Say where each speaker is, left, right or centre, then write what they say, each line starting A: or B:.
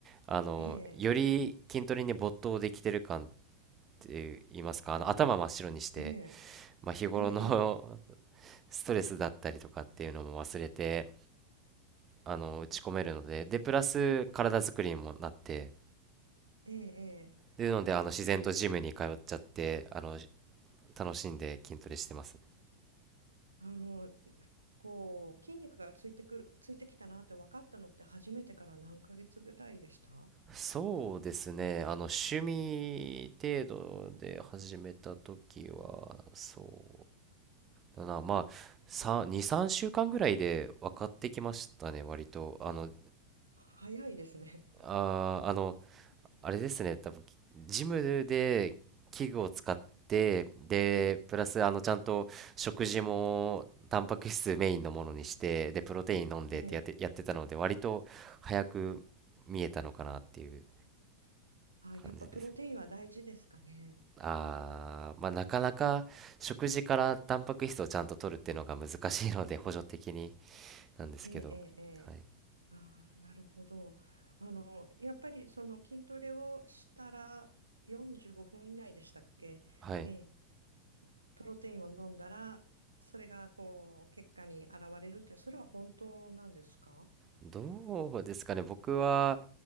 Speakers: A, on the right; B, on the right.
A: あの、
B: ええ、
A: より筋トレに没頭できてる感って言いますか、あの、頭真っ白にして、
B: ええ、
A: まあ、日頃の
B: ええ、ええ、
A: <laughs> ストレスだったりとかっていうのも忘れて、あの、打ち込めるので、で、プラス体作りにもなって、
B: ええ、ええ、
A: で、なので、あの、自然とジムに通っちゃって、あの、楽しんで筋トレしてますね。
B: あの、こう、筋肉がついてくる、ついてきたなって分かったのって初めてから何ヶ月ぐらいでした
A: そうですね。あの、趣味程度で始めた時は、そうだな。まあ、さ2、3週間ぐらいで分かってきましたね、割と。あの、
B: あ、早いですね。
A: あー、あの、あれですね。多分、ジムで器具を使って、で、プラス、あの、ちゃんと食事も、タンパク質メインのものにして、で、プロテイン飲んでってやって、
B: <laughs>
A: やってたので、
B: ええ
A: 割と早く見えたのかなっていう
B: あ、やっぱプロテインは大事ですかね。
A: 感じですね。あー、まあなかなか食事からタンパク質をちゃんと取るっていうのが難しいので補助的になんですけど、
B: ええええええ
A: はい。
B: ああなるほど。あの、やっぱりその筋トレをしたら45分以内でしたっけね、
A: はい。
B: プロテインを飲んだら、それがこう、結果に現れるって、それは本当なんですか
A: どうですかね。僕は